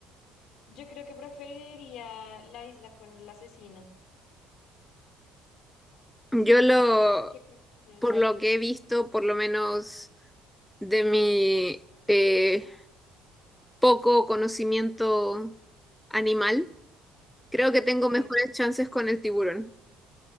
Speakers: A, on the left; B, in the centre.
A: Yo creo que preferiría la isla con el asesino.
B: Yo lo,
A: ¿Por qué preferirías?
B: por lo que he visto, por lo menos de mi eh, poco conocimiento animal, creo que tengo
A: Ok.
B: mejores chances con el tiburón.